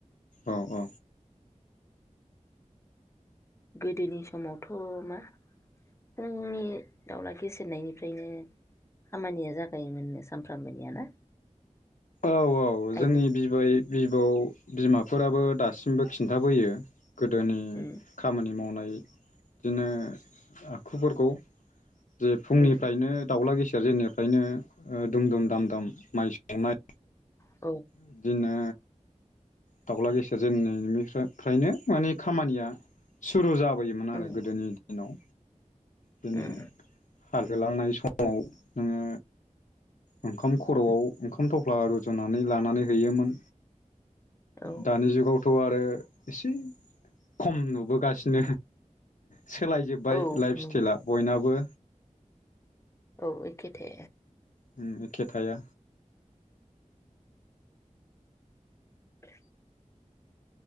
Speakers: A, on the left; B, on the left.
A: औ औ
B: गोदोनि समावथ मा फुंनि दाउला गेसेेरनायनिफ्रायनो खामानिया जागायोमोननो सानफ्रामबोनिया ना
A: औ औ
B: आइजो
A: जोंनि बिबै बिबौ बिमाफोराबो दासिमबो खिन्थाबोयो गोदोनि
B: उम
A: खामानि मावनाय बिदिनो आखुफोरखौ जे फुंनिफ्रायनो
B: उम
A: दाउला गेसि सि जनिफ्रायनो दुम दुम दाम दाम माइ संनाय
B: औ।
A: बिदिनो दाउला गेसेेर जेननायनिफ्रायनो मानि खामानिया सुरु जाबाय थाबायोमोन
B: उम
A: आरो गोदोनि दिनाव। बिनो
B: उम
A: खारजोलांनाय समाव जोङो ओंखाम खरआव ओंखाम थफ्ला रुजुना नानै लानानै हैयोमोन।
B: औ
A: दानि जुगावथ आरो। एसे खम नुबोगासिनो। सोलायजोब्बाय
B: औ
A: लाइफ
B: नंगौ
A: स्टाइला बयनाबो
B: औ एखेथे
A: उम एखे थाया।
B: उम।